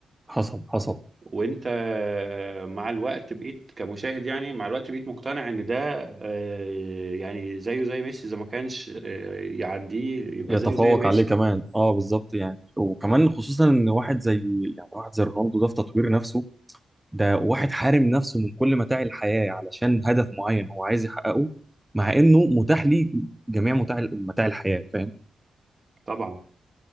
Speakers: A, in the centre; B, on the right.
A: حصل حصل
B: وانت آه، مع الوقت بقيت كمشاهد يعني مع الوقت بقيت مقتنع ان ده آه، يعني زيه زي ميسي اذا ما كانش آه، يعديه يبقى
A: يتفوق
B: زيه زي ميسي
A: عليه كمان اه بالظبط يعني وكمان خصوصا ان واحد زي يعني واحد زي رونالدو ده في تطوير نفسه ده واحد حارم نفسه من كل متاع الحياة علشان هدف معين هو عايز يحققه مع انه متاح ليه جميع متاع متاع الحياة فاهم
B: طبعا